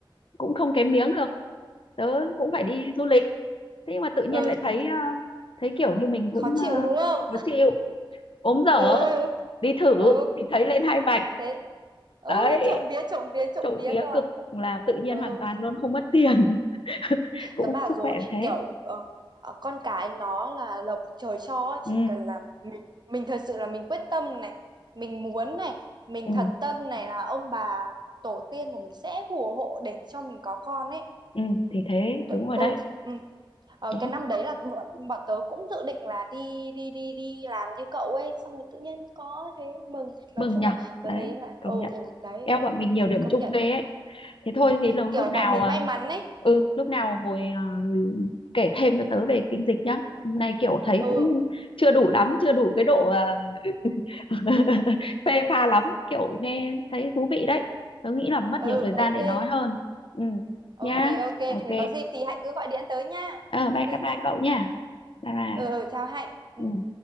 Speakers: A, on the left (about 75°); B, on the right (about 55°).
A: cũng không kém miếng được tớ cũng phải đi du lịch thế nhưng mà tự nhiên
B: ừ
A: lại thấy ờ, thấy kiểu như mình cũng
B: khó chịu
A: ờ,
B: đúng không
A: khó chịu ốm dở
B: <laughs> ừ
A: đi thử
B: ừ
A: thì thấy lên hai vạch
B: thế ừ,
A: đấy
B: trộm vía trộm vía trộm
A: trộm
B: vía
A: vía
B: cơ
A: cực
B: ạ
A: là tự nhiên
B: ừ
A: hoàn toàn luôn không mất tiền <laughs> cũng
B: tớ bảo
A: sức
B: rồi
A: khỏe cũng thế
B: kiểu ờ, ờ, con cái nó là lộc trời cho ấy, chỉ
A: ừ
B: cần là mình mình thật sự là mình quyết tâm này mình muốn này mình
A: ừ
B: thật tâm này là ông bà tổ tiên của mình sẽ phù hộ để cho mình có con ấy
A: ừ thì thế
B: Tớ-
A: đúng rồi
B: ừ,
A: đấy
B: ừ. Ờ,
A: Đấy,
B: cái năm đấy là bọn, bọn tớ cũng dự định là đi đi đi đi làm như cậu ấy xong rồi tự nhiên có thế mừng nói
A: mừng
B: chung
A: nhở
B: là tớ
A: đấy
B: thấy là
A: công
B: ừ
A: nhận
B: ừ đấy
A: eo
B: đấy
A: bọn mình nhiều
B: ừ,
A: điểm
B: công
A: chung
B: nhận
A: ghê ấy thế thôi thì lâu-
B: kiểu
A: lúc nào
B: bọn mình
A: à,
B: may mắn ấy
A: ừ lúc nào
B: Ừ,
A: ngồi à, kể thêm cho tớ về kinh dịch nhá hôm nay kiểu thấy
B: ừ.
A: cũng
B: ừ
A: chưa đủ lắm chưa đủ cái độ à, <laughs> phê pha lắm kiểu nghe thấy thú vị đấy tớ nghĩ là mất
B: ừ
A: nhiều thời
B: ok
A: gian để nói hơn ừ
B: ok
A: nhá
B: ok
A: ok
B: thì có dịp thì Hạnh cứ gọi điện tới nha
A: ờ
B: ok
A: bye bye bye
B: Hạnh
A: cậu nha bye bye
B: ừ ừ, chào Hạnh ừ.
A: ừ.